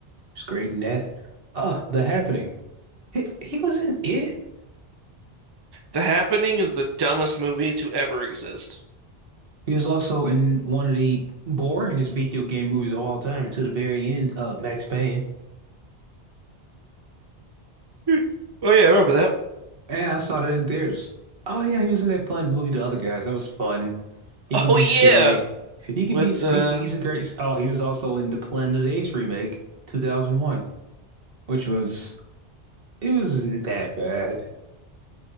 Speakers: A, on the right; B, on the right.
A: He's great in that. Uh, The Happening. He, he was in it.
B: The Happening is the dumbest movie to ever exist.
A: He was also in one of the boringest video game movies of all time to the very end, uh, Max Payne.
B: Hmm. Oh yeah, I remember that. <laughs>
A: Yeah, I saw that in theaters. Oh yeah, he was in that fun movie, The Other Guys. That was fun. He can
B: Oh
A: be
B: yeah,
A: silly. He can
B: with
A: be. He,
B: uh,
A: he's a great. Oh, he was also in the Planet of the Apes remake, 2001, which was it wasn't that bad.